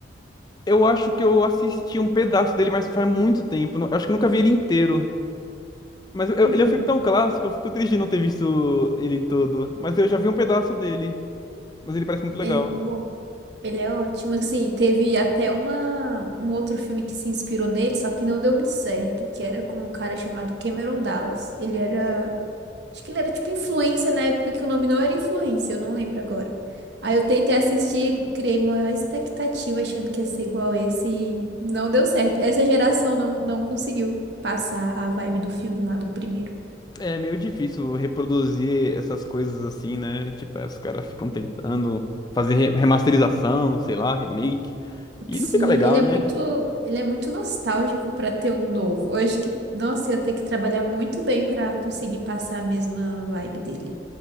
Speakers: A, on the left; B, on the right.
A: Eu acho que eu assisti um pedaço dele, mas faz muito tempo. Eu acho que eu nunca vi ele inteiro. Mas eu-
B: Uhum.
A: ele é um filme tão clássico, eu fico triste de não ter visto ele todo. Mas eu já vi um pedaço dele. Mas ele parece muito legal.
B: Ele, é bom. Ele é ótimo. Assim, teve até uma, um outro filme que se inspirou nele, só que não deu muito certo, que era com um cara chamado Cameron Dallas. Ele era Acho que ele era tipo influência na época que o nome não era influência, eu não lembro agora. Aí eu tentei assistir, criei uma expectativa achando que ia ser igual esse e não deu certo. Essa geração não, não conseguiu passar a vibe do filme lá do primeiro.
A: É meio difícil reproduzir essas coisas assim, né? Tipo, aí os caras ficam tentando fazer re- remasterização, sei lá, remake. E
B: Sim,
A: não fica legal,
B: ele é
A: né?
B: muito, ele é muito nostálgico para ter um novo. Eu acho que, nossa, eu ia ter que trabalhar muito bem para conseguir passar a mesma vibe dele.